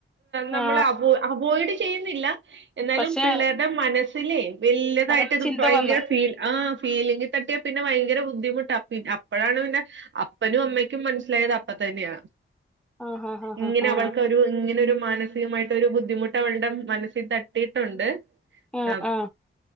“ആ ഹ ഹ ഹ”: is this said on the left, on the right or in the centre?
Centre